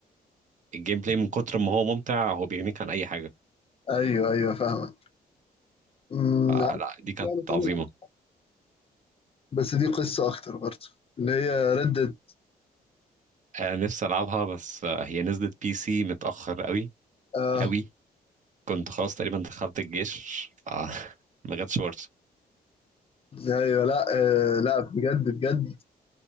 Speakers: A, on the right; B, on the left.
A: الجيم بلاي من كتر ما هو ممتع هو بيغنيك عن اي حاجه
B: أيوه أيوه فاهمك أمم،
A: فلا
B: عارف
A: دي كانت
B: لعبة تانية
A: عظيمه
B: لعبتها، بس دي قصة أكتر برضه اللي هي ردد
A: آه، نفسي العبها بس آه، هي نزلت بي سي متاخر قوي
B: آه
A: قوي كنت خلاص تقريبا دخلت الجيش ف <laughs> ما جاتش فرصه
B: أيوه لا آه لا بجد بجد